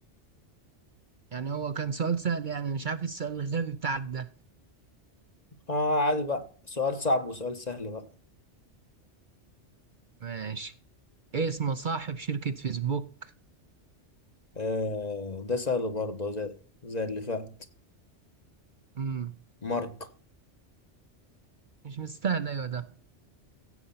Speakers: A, on the right (about 50°); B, on the left (about 35°).
A: يعني هو كان سؤال سهل يعني مش عارف السؤال الغبي بتاعك ده
B: اه عادي بقى سؤال صعب وسؤال سهل بقى
A: ماشي ايه اسم صاحب شركة فيسبوك
B: آه ده سهل برضه زي زي اللي فات
A: امم
B: مارك
A: مش مستاهل ايوه ده